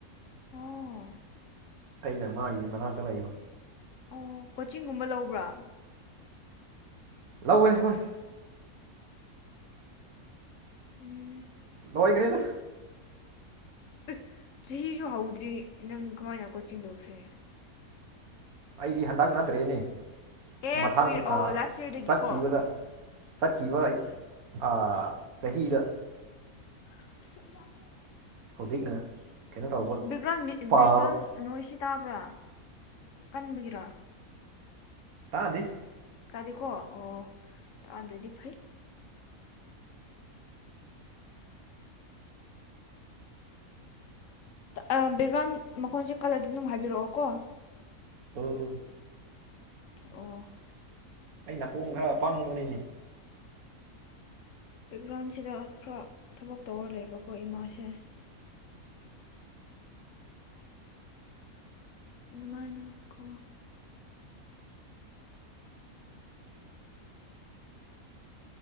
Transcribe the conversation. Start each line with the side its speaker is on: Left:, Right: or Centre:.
Left: ꯑꯣ
Right: ꯑꯩꯅ ꯃꯥꯒꯤ
Left: ꯑꯗꯨ
Right: ꯃꯅꯥꯛꯇ ꯂꯩꯕ
Left: ꯑꯣ ꯀꯣꯆꯤꯡꯒꯨꯝꯕ ꯂꯧꯕ꯭ꯔꯥ
Right: ꯂꯧꯋꯦ ꯍꯣꯏ
Left: ꯎꯝ
Right: ꯂꯣꯢꯒꯔꯦꯗ
Left: ꯑꯦ ꯆꯍꯤꯖꯨ ꯍꯧꯗ꯭ꯔꯤ ꯅꯪ ꯀꯃꯥꯏꯅ ꯀꯣꯆꯤꯡ ꯂꯣꯏꯈ꯭ꯔꯦ
Right: ꯑꯩꯗꯤ ꯍꯟꯗꯛ ꯅꯠꯇ꯭ꯔꯦꯅꯦ
Left: ꯑꯦ
Right: ꯃꯊꯪ
Left: ꯀꯨꯏꯔ ꯑꯣ
Right: ꯑꯥ
Left: ꯂꯥꯁ ꯌꯔꯗꯒꯤꯀꯣ
Right: ꯆꯠꯈꯤꯕꯗ ꯆꯠꯈꯤꯕꯢ ꯑꯥ ꯆꯍꯤꯗ
Left: <unintelligible>
Right: ꯍꯧꯖꯤꯛꯅ ꯀꯩꯅꯣ ꯇꯧꯕ
Left: ꯕꯦꯛꯒ꯭ꯔꯥꯎꯟ
Right: ꯄꯥꯕ
Left: ꯕꯦꯛꯒ꯭ꯔꯥꯎꯟ ꯅꯣꯏꯁꯤ ꯇꯥꯕ꯭ꯔꯥ ꯀꯟꯕꯒꯤꯔꯥ
Right: ꯇꯥꯗꯤ
Left: ꯇꯥꯗꯦꯀꯣ ꯑꯣ ꯇꯥꯗꯔꯥꯗꯤ ꯐꯩ ꯑꯥ ꯕꯦꯛꯒ꯭ꯔꯥꯎꯟ ꯃꯈꯣꯟꯁꯦ ꯀꯜꯂꯗꯤ ꯑꯗꯨꯝ ꯍꯥꯏꯕꯤꯔꯛꯑꯣꯀꯣ
Right: ꯎꯝ ꯎꯝ
Left: ꯑꯣ
Right: ꯑꯩ ꯅꯥꯀꯣꯡ ꯈꯔ ꯄꯪꯕꯅꯤꯅꯦ
Left: ꯕꯦꯛꯒ꯭ꯔꯥꯎꯟꯁꯤꯗ ꯈꯔꯥ ꯊꯕꯛ ꯇꯧꯔ ꯂꯩꯌꯦꯕꯀꯣ ꯏꯃꯥꯁꯦ ꯑꯗꯨꯃꯥꯏꯅ ꯀꯣ